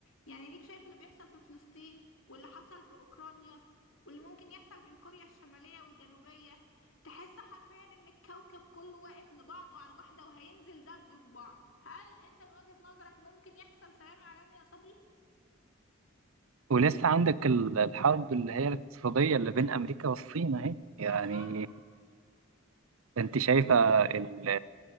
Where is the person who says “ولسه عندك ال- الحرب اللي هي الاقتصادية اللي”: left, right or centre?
Right